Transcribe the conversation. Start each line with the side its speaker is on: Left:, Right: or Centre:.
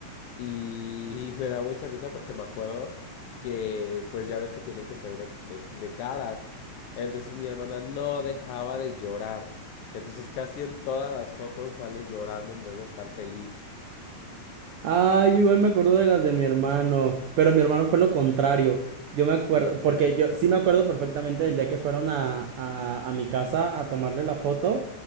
Left: Y <laughs> me da mucha risa porque me acuerdo que, pues ya ves que tienen que ser de, de- de caras. Entonces mi hermana no dejaba de llorar. Entonces casi en todas las fotos sale llorando en vez de estar feliz.
Right: Ah, yo igual me acuerdo de las de mi hermano, pero mi hermano fue lo contrario. Yo me acuerdo, porque yo sí me acuerdo perfectamente del día que fueron a, a, a mi casa a tomarle la foto